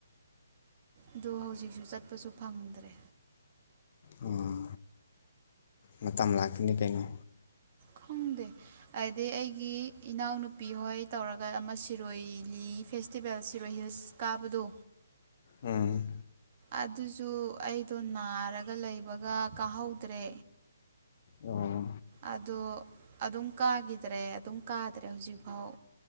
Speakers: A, on the right; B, on the left.
A: ꯑꯗꯨ ꯍꯧꯖꯤꯛꯁꯨ ꯆꯠꯄꯁꯨ ꯐꯪꯗ꯭ꯔꯦ
B: ꯑꯣ ꯃꯇꯝ ꯂꯥꯛꯈꯤꯅꯤ ꯀꯩꯅꯣ
A: ꯈꯪꯗꯦ ꯑꯗꯩ ꯑꯩꯒꯤ ꯏꯅꯥꯎꯅꯨꯄꯤ ꯍꯣꯏ ꯇꯧꯔꯒ ꯑꯃ ꯁꯤꯔꯣꯏ ꯂꯤꯂꯤ ꯐꯦꯁꯇꯤꯚꯦꯜ ꯁꯤꯔꯣꯏ ꯍꯤꯜꯁ ꯀꯥꯕꯗꯣ
B: ꯎꯝ
A: ꯑꯗꯨꯁꯨ ꯑꯩꯗꯣ ꯅꯥꯔꯒ ꯂꯩꯕꯒ ꯀꯥꯍꯧꯗ꯭ꯔꯦ
B: ꯑꯣ
A: ꯑꯗꯣ ꯑꯗꯨꯝ ꯀꯥꯈꯤꯗ꯭ꯔꯦ ꯑꯗꯨꯝ ꯀꯥꯗ꯭ꯔꯦ ꯍꯧꯖꯤꯛꯐꯥꯎ